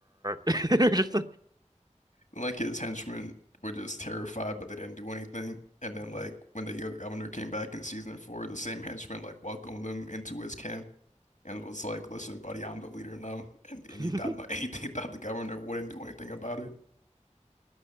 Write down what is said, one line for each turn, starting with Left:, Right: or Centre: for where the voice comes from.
Right: <laughs> just
Left: Like his henchmen were just terrified, but they didn't do anything. And then
Right: like-
Left: like when the governor came back in season four, the same henchmen like welcomed them into his camp and was like, "Listen, buddy, I'm the leader now," and
Right: <laughs>
Left: and he thought he, <laughs> he thought the governor wouldn't do anything about it.